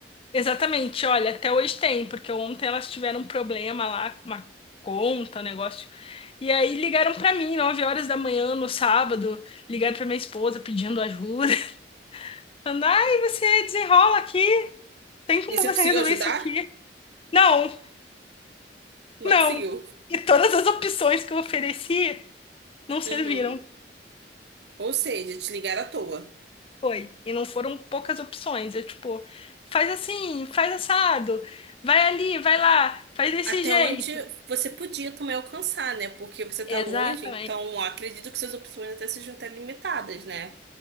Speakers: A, on the left; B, on the right.
A: exatamente. Olha, até hoje tem, porque ontem elas tiveram um problema lá com uma conta, um negócio. E aí ligaram pra mim, 9 horas da manhã no sábado, ligaram pra minha esposa pedindo ajuda. <laughs> Falando, ai, você desenrola aqui, tem como
B: E você
A: você
B: conseguiu
A: resolver
B: ajudar?
A: isso aqui? Não,
B: Não
A: não.
B: conseguiu.
A: E todas as opções que eu ofereci não serviram.
B: Uhum. Ou seja, te ligaram à toa.
A: Foi. E não foram poucas opções. Eu, tipo, faz assim, faz assado, vai ali, vai lá, faz desse
B: Até
A: jeito.
B: onde você podia também alcançar, né? Porque você tá
A: Exatamente.
B: longe, então acredito que suas opções até sejam até limitadas, né?